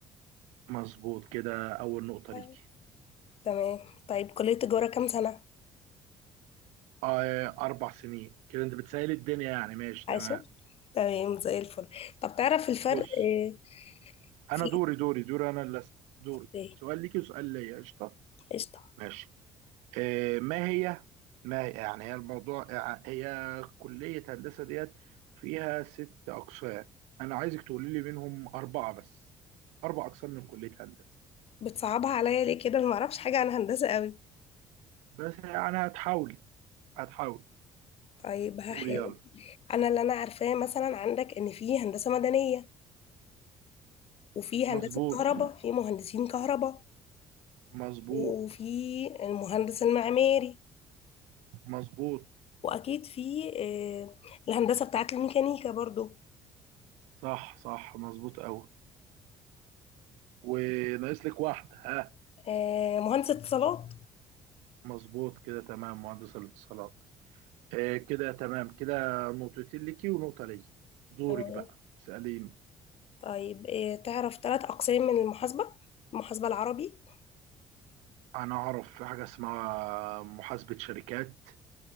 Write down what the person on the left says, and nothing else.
آه،
تمام طيب كلية تجارة كام سنة؟
عشر
تمام زي الفل طب تعرف الفرق
آه، في
اوكي
قشطة
بتصعبها عليا ليه كده ما اعرفش حاجة عن هندسة قوي
طيب هحاول
انا اللي انا عارفاه مثلا عندك ان في هندسة مدنية وفي هندسة
كهرباء في مهندسين كهرباء
وفي المهندس المعماري
واكيد في آه، الهندسه بتاعت الميكانيكا برضو
آه، مهندس اتصالات
آه،
طيب آه، تعرف ثلاث اقسام من المحاسبه المحاسبه العربي